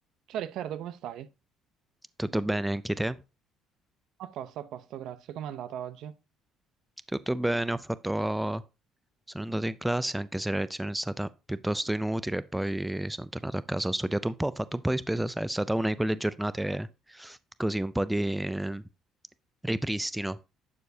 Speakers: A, on the right; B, in the centre.
A: Ciao Riccardo, come stai?
B: Tutto bene anche te?
A: A posto, a posto, grazie. Com'è andata oggi?
B: Tutto bene, ho fatto... sono andato in classe anche se la lezione è stata piuttosto inutile, e poi sono tornato a casa, ho studiato un po', ho fatto un po' di spesa, sai, è stata una di quelle giornate così, un po' di eh, ripristino.